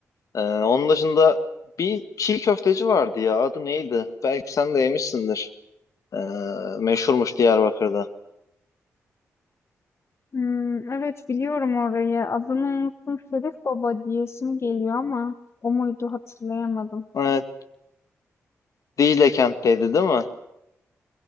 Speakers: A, on the left (about 65°); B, on the left (about 50°).
A: E, onun dışında bir çiğ köfteci vardı ya. Adı neydi? Belki sen de yemişsindir. E, meşhurmuş Diyarbakır'da.
B: Hmm, evet biliyorum orayı. Adını unuttum. Şerif Baba diyesim geliyor ama o muydu hatırlayamadım.
A: Evet, Dicle kentteydi değil mi?